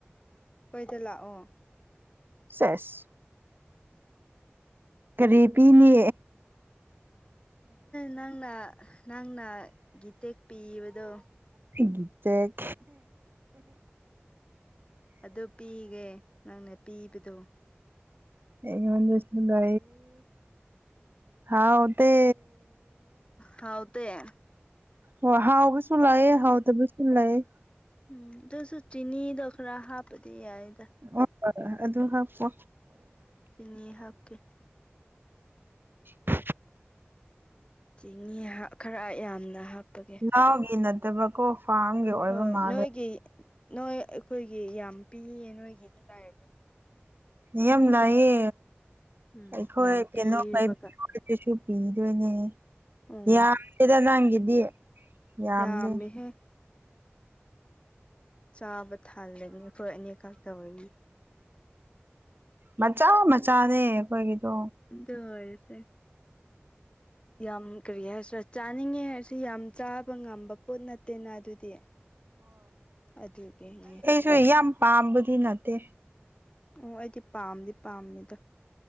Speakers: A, on the left; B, on the right.
A: ꯀꯣꯏꯗ ꯂꯥꯛꯑꯣ
B: ꯆꯁ ꯀꯔꯤ ꯄꯤꯅꯤ
A: ꯅꯪꯅ ꯅꯪꯅ ꯒꯤ ꯇꯦꯛ ꯄꯤꯕꯗꯣ
B: ꯒꯤꯇꯦꯛ
A: ꯑꯗꯨ ꯄꯤꯒꯦ ꯅꯪꯅ ꯄꯤꯕꯗꯣ
B: ꯑꯩ ꯃꯖꯦ ꯁꯤꯒ ꯍꯥꯎꯗ
A: ꯍꯥꯎꯗ
B: ꯑꯣ ꯍꯥꯎꯕꯁꯨ ꯂꯥꯛꯑꯦ ꯍꯥꯎꯗꯕꯁꯨ ꯂꯥꯛꯑꯌꯦꯦ
A: ꯎꯝ ꯑꯗꯨꯁꯨ ꯆꯤꯅꯤꯗꯣ ꯈꯔ ꯍꯥꯞꯄꯗꯤ ꯌꯥꯏꯗ
B: ꯑꯣ ꯍ ꯑꯗꯨ ꯍꯥꯞꯄꯣ
A: ꯆꯅꯤ ꯍꯥꯞꯀꯦ
B: ꯎ
A: ꯆꯤꯅꯤ ꯈꯔ ꯌꯥꯝꯅ ꯍꯥꯞꯄꯒꯦ
B: ꯆꯥꯎꯒꯤ ꯅꯠꯇꯕ ꯀꯣ ꯐꯥꯔꯝꯒꯤ ꯑꯣꯏꯕ
A: ꯍꯣꯏ
B: ꯃꯥꯂꯦ
A: ꯅꯣꯏꯒꯤ ꯅꯣꯏ ꯑꯩꯈꯣꯏꯒꯤ ꯌꯥꯝ ꯄꯤꯌꯦ ꯅꯣꯏꯒꯤꯗꯤ ꯂꯥꯏꯔꯕꯅꯤ
B: ꯌꯥꯝ ꯌꯥꯝ ꯂꯥꯛꯌꯦ
A: ꯎꯝ
B: ꯑꯩꯈꯣꯏ
A: ꯌꯥꯝ
B: ꯀꯩꯅꯣ
A: ꯄꯤꯕꯒ
B: ꯄꯥꯏꯕꯤꯌ ꯀꯁꯨ ꯄꯤꯗꯣꯏꯅꯦ
A: ꯎꯝ
B: ꯌꯥꯗꯦꯗ ꯅꯪꯒꯤꯗꯤ ꯌꯥꯝꯗꯦ
A: ꯀꯝꯃꯦꯍ ꯆꯥꯕ ꯊꯥꯜꯂꯅꯤ ꯑꯩꯈꯣꯏ ꯑꯅꯦꯛꯈꯛ ꯇꯧꯔꯒꯤ
B: ꯃꯆꯥ ꯃꯆꯥꯅꯦ ꯑꯩꯈꯣꯏꯒꯤꯗꯣ
A: ꯗꯔꯁꯦ ꯌꯥꯝ ꯀꯔꯤ ꯍꯥꯏꯔꯁꯤꯔꯥ ꯆꯥꯅꯤꯡꯉꯦ ꯍꯥꯏꯔꯁꯤ ꯌꯥꯝ ꯆꯥꯕ ꯉꯝꯕ ꯄꯣꯠ ꯅꯠꯇꯦꯅ ꯑꯗꯨꯗꯤ ꯑꯗꯨꯗꯒꯅꯦ
B: ꯁꯨꯏ ꯌꯥꯝ ꯄꯥꯝꯕꯗꯤ ꯅꯠꯇꯦ
A: ꯑꯣ ꯑꯩꯗꯤ ꯄꯥꯝꯗꯤ ꯄꯥꯝꯃꯦꯗ